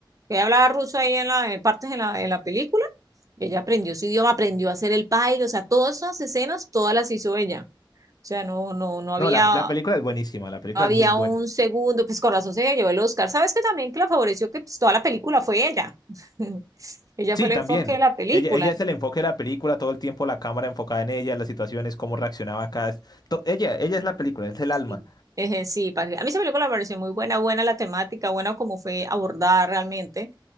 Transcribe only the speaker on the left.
No, la, la película es buenísima, la película
es muy buena.
Sí,
también.
Ella, ella es el enfoque de la película, todo el tiempo la cámara enfocada en ella, las situaciones, cómo reaccionaba cada... to- Ella, ella es la película, es el
alma.